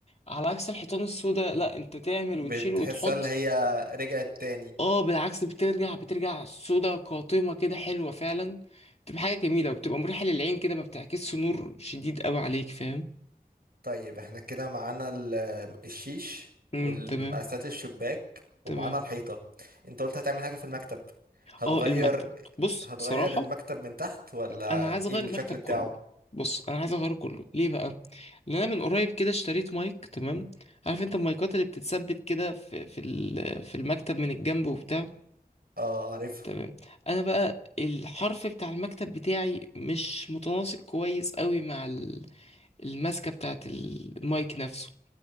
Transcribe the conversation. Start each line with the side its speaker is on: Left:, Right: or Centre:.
Left: على عكس الحيطان السوداء لا أنت تعمل
Right: بتحسها
Left: وتشيل وتحط
Right: اللي هي رجعت تاني
Left: اه بالعكس بترجع بترجع سودة قاتمة كده حلوة فعلا بتبقى حاجة جميلة وبتبقى مريحة للعين كده ما بتعكسش نور شديد قوي عليك فاهم
Right: طيب احنا كده معانا ال- الشيش
Left: امم
Right: والمقاسات
Left: تمام
Right: الشباك ومعانا
Left: تمام
Right: الحيطة انت قلت هتعمل حاجة في المكتب هتغير
Left: اه المكتب بص
Right: هتغير
Left: صراحة
Right: المكتب من تحت ولا
Left: انا عايز
Right: ايه
Left: اغير
Right: الشكل
Left: المكتب
Right: بتاعه
Left: كله بص انا عايز اغيره كله ليه بقى لان انا من قريب كده اشتريت مايك تمام عارف انت المايكات اللي بتتثبت كده في في ال- في المكتب من الجنب وبتاع
Right: اه عارفها
Left: تمام انا بقى الحرف بتاع المكتب بتاعي مش متناسق كويس قوي مع ال- الماسكه بتاعت المايك نفسه